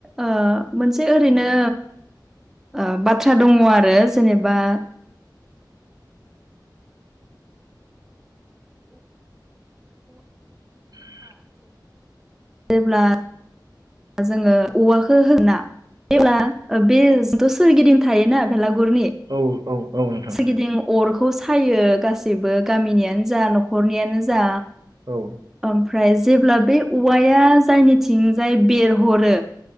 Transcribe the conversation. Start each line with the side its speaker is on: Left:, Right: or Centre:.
Centre: ओ- मोनसे ओरैनो ओ- बाथ्रा दङ आरो जेनेबा
Right: उम
Centre: जेब्ला जोंङो औवाखौ होना <unintelligible> बे जिथु सोरगिदिं थायोना बेलागुरनि
Right: औ औ नोंथां
Centre: सोरगिदिं अरखौ सायो गासैबो गामिनियानो जा न'खरनियानो जा।
Right: औ
Centre: ओमफ्राय जेब्ला बे औवाया जायनिथिंजाय बेरहरो